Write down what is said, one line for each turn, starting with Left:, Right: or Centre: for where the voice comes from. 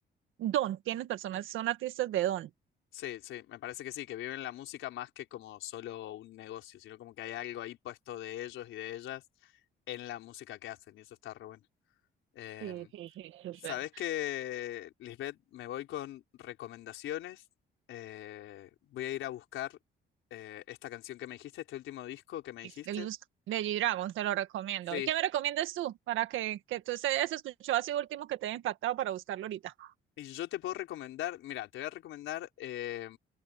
Right: Don, tienes personas, son artistas de Don.
Left: Sí, sí, me parece que sí, que viven la música más que como solo un negocio, sino como que hay algo ahí puesto de ellos y de ellas en la música que hacen, y eso está re bueno. Em,
Right: Sí, sí, sí, súper.
Left: Sabes que, Lisbeth, me voy con recomendaciones. Eh, voy a ir a buscar eh, esta canción que me dijiste, este último disco que me dijiste.
Right: El Luz de G-Dragon, te lo recomiendo.
Left: Sí,
Right: ¿Y qué me recomiendas tú para que, que tú se hayas escuchado así último que te haya impactado para buscarlo ahorita?
Left: Y yo te puedo recomendar, mira, te voy a recomendar eh,